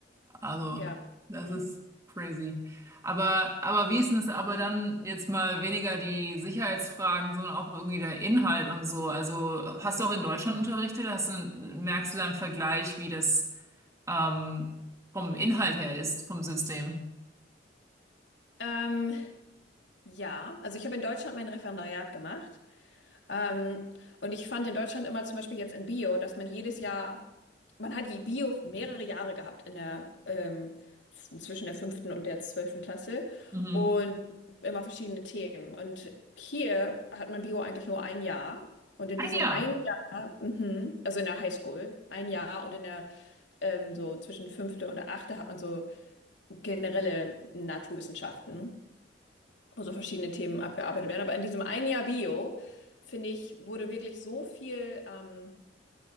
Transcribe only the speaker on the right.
Also
das
ist crazy. Aber, aber wie ist denn es aber dann jetzt mal weniger die Sicherheitsfragen, sondern auch irgendwie der Inhalt und so? Also hast du auch in Deutschland unterrichtet? Hast du, merkst du da einen Vergleich, wie das ähm, vom Inhalt her ist, vom System?
Mhm.
Ein
Jahr.